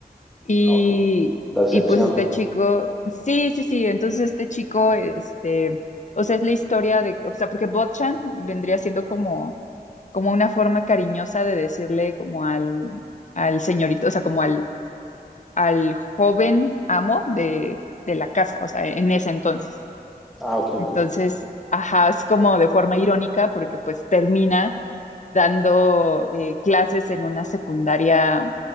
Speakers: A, on the left; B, in the centre.
A: Y,
B: ah, ok. La decepción.
A: y pues este chico, sí, sí, sí, entonces este chico, este, o sea, es la historia de, o sea, porque Botchan vendría siendo como como una forma cariñosa de decirle como al, al señorito, o sea, como al, al joven amo de, de la casa, o sea, en ese entonces.
B: Ah, ok,
A: Entonces,
B: ok.
A: ajá, es como de forma irónica porque pues termina dando eh, clases en una secundaria